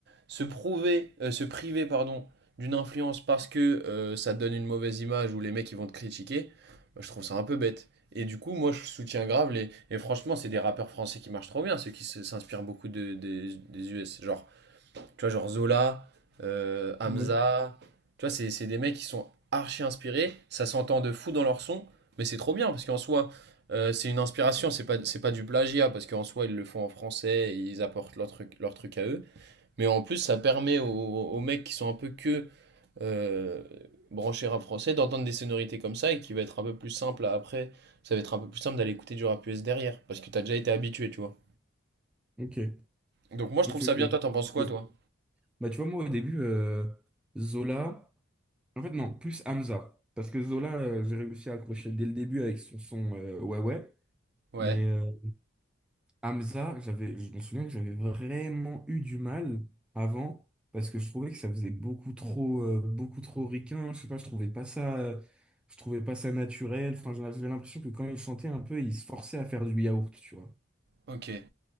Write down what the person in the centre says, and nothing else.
Ouais.
Ok.
Ok.
Ok.
Bah, tu vois, moi, au début, euh, Zola. En fait, non, plus Hamza. Parce que Zola, euh, j'ai réussi à accrocher dès le début avec son son euh, Ouais Ouais.
Mais euh, Hamza, j'avais, je me souviens que j'avais vraiment eu du mal avant. Parce que je trouvais que ça faisait beaucoup trop, euh, beaucoup trop ricain. Je sais pas, je trouvais pas ça, euh, je trouvais pas ça naturel. Enfin, j'avais j'avais l'impression que quand il chantait un peu, il se forçait à faire du yaourt, tu vois.